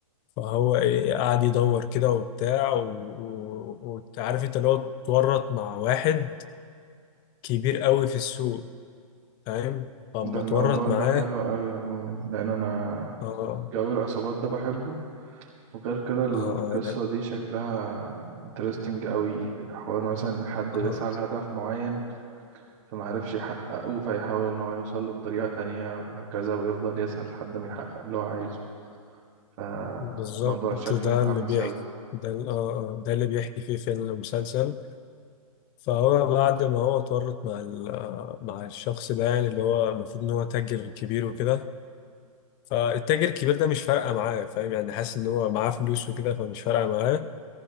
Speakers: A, on the left; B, on the right.
A: فهو ايه قعد يدور كده وبتاع و- و- وعارف انت اللي هو اتورط مع واحد كبير قوي في السوق فاهم فأما
B: ده الموضوع
A: اتورط معاه
B: ده حلو أوي عموما لأن أنا
A: اه
B: جو العصابات ده بحبه وغير كده القصة
A: اه اه آه، لا
B: دي شكلها انترستنج أوي حوار مثلا حد
A: اه
B: بيسعى لهدف معين فما عرفش يحققه فيحاول إن هو يوصل له بطريقة تانية وهكذا ويفضل يسعى لحد ما يحقق اللي هو عايزه فالموضوع
A: بالظبط
B: شكله
A: ده
B: محمس
A: اللي بيحكي
B: أوي
A: ده ال- اه اه ده اللي بيحكي فيه فيلم المسلسل فهو بعد ما هو اتورط مع ال- آه، مع الشخص ده يعني اللي هو المفروض ان هو تاجر كبير وكده فالتاجر الكبير ده مش فارقه معاه فاهم يعني حاسس ان هو معاه فلوس وكده فمش فارقه معاه